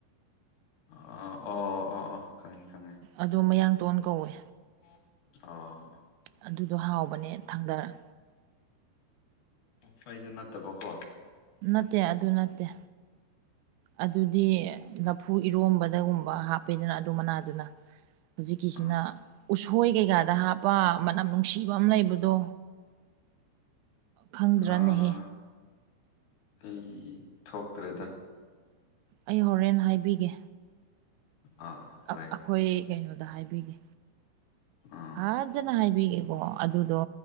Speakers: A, on the left (about 65°); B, on the right (about 85°).
A: ꯑꯣ ꯑꯣ ꯑꯣ ꯈꯪꯉꯤ ꯈꯪꯉ
B: ꯑꯗꯣ ꯃꯌꯥꯡꯇꯣꯟ ꯀꯧꯋꯦ
A: ꯑ
B: ꯑꯗꯨꯗꯣ ꯍꯥꯎꯕꯅꯦ ꯊꯥꯡꯗꯔꯛ
A: ꯑꯣ ꯐꯩꯗꯨ ꯅꯠꯇꯕꯀꯣ
B: ꯅꯠꯇꯦ ꯑꯗꯨ ꯅꯠꯇꯦ ꯑꯗꯨꯗꯤ ꯂꯐꯨ ꯏꯔꯣꯝꯕꯗꯒꯨꯝꯕ ꯍꯥꯞꯄꯦꯗꯅ ꯑꯗꯨ ꯃꯅꯥꯗꯨꯅ ꯍꯧꯖꯤꯛꯀꯤꯁꯤꯅ
A: ꯑꯥ
B: ꯎꯁꯣꯏ ꯀꯩꯀꯥꯗ ꯍꯥꯞꯄ ꯃꯅꯝ ꯅꯨꯡꯁꯤꯕ ꯑꯃ ꯂꯩꯕꯗꯣ ꯈꯪꯗ꯭ꯔꯥꯅꯦꯍꯦ
A: ꯑꯥ ꯑꯩ ꯊꯣꯛꯇ꯭ꯔꯦꯗ
B: ꯑꯩ ꯍꯣꯔꯦꯟ ꯍꯥꯏꯕꯤꯒꯦ
A: ꯑꯥ ꯍꯣꯏ
B: ꯑꯩꯈꯣꯏ
A: ꯍꯣꯏ
B: ꯀꯩꯅꯣꯗ ꯍꯥꯏꯕꯤꯒꯦ
A: ꯑꯥ
B: ꯐꯖꯅ ꯍꯥꯏꯕꯤꯒꯦ ꯑꯣ ꯑꯗꯨꯗꯣ